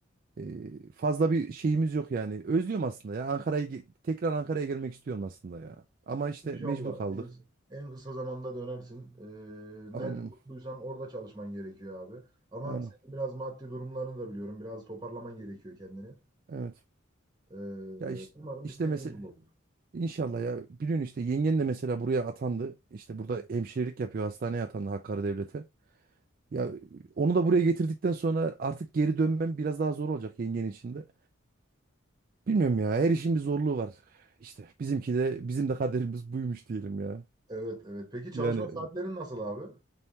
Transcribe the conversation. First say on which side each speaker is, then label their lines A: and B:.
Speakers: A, on the right; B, on the right.
A: Ee, fazla bir şeyimiz yok yani. Özlüyorum aslında ya. Ankara'ya ge- tekrar Ankara'ya gelmek istiyorum aslında ya. Ama işte
B: İnşallah
A: mecbur kaldık.
B: en, en kısa zamanda dönersin. Ee,
A: Aynen.
B: nerede mutluysan orada çalışman gerekiyor abi. Ama
A: Aynen.
B: senin biraz maddi durumlarını da biliyorum. Biraz toparlaman gerekiyor kendini.
A: Evet.
B: Ee,
A: Ya işte,
B: umarım
A: işte
B: istediğin
A: mesela
B: gibi olur.
A: İnşallah ya. Biliyorsun işte yengen de mesela buraya atandı. İşte burada
B: Hı.
A: hemşirelik yapıyor. Hastaneye atandı Hakkari Devlet'e. Ya onu da buraya getirdikten sonra artık geri dönmem biraz daha zor olacak yengen içinde. de. Bilmiyorum ya. Her işin bir zorluğu var. İşte bizimki de bizim de kaderimiz buymuş diyelim ya.
B: Evet evet. Peki çalışma
A: Yani
B: saatlerin nasıl abi?